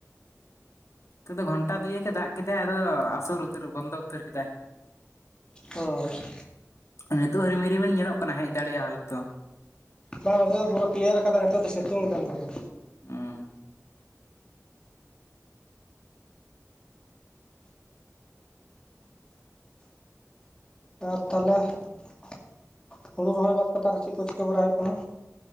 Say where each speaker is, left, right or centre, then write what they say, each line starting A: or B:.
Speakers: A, on the left; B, on the left.
A: ᱱᱚᱛᱮ ᱫᱚ ᱜᱷᱚᱱᱴᱟ ᱫᱩᱭᱮᱠ ᱮ ᱫᱟᱜ ᱠᱮᱫᱟᱭ ᱟᱫᱚ ᱟᱥᱩᱨ ᱩᱛᱟᱹᱨ ᱵᱚᱱᱫᱚ ᱩᱛᱟᱹᱨ ᱠᱮᱫᱟᱭ
B: ᱚ <unintelligible>
A: ᱱᱤᱛᱳᱜ ᱦᱚᱸ ᱨᱤᱢᱤᱞ ᱨᱤᱢᱤᱞ ᱧᱮᱞᱚᱜ ᱠᱟᱱᱟ ᱦᱮᱡ ᱫᱟᱲᱮᱭᱟᱜᱼᱟ ᱦᱳᱭᱛᱚ
B: ᱵᱟᱝ ᱱᱚᱛᱮ ᱫᱚ ᱯᱩᱨᱟᱹ ᱠᱞᱤᱭᱟᱨ ᱠᱟᱫᱟ ᱱᱤᱛᱚᱜ ᱫᱚ ᱥᱤᱛᱩᱝᱫᱟ ᱱᱚᱛᱮ ᱫᱚ
A: <unintelligible>
B: ᱟᱨ ᱛᱟᱦᱞᱮ ᱦᱩᱲᱩ ᱨᱚᱦᱚᱭ ᱵᱟᱫ ᱠᱟᱛᱮ ᱟᱨ ᱪᱮᱫ ᱠᱚ ᱪᱤᱠᱟᱹ ᱵᱟᱲᱟ ᱦᱳᱭᱳᱜ ᱠᱟᱱᱟ?